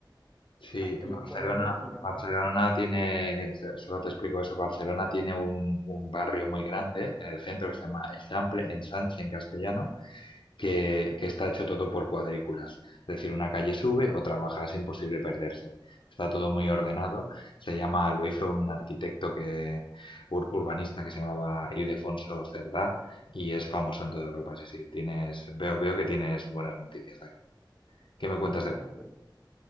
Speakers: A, on the left; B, in the centre.
A: Sí,
B: Aquí
A: en Barcelona,
B: en Colombia, digamos,
A: Barcelona tiene, se- solo te explico eso, Barcelona tiene un, un barrio muy grande en el centro que se llama Eixample, Ensanche en castellano, que, que está hecho todo por cuadrículas. Es decir, una calle sube, otra baja, es imposible perderse. Está todo muy ordenado. Se llama, lo hizo un arquitecto que, ur- urbanista que se llamaba Ildefonso Cerdá y es famoso en toda Europa. Sí, sí, tienes, veo, veo que tienes buenas noticias de aquí. ¿Qué me cuentas
B: sí, claro,
A: de...?
B: pues.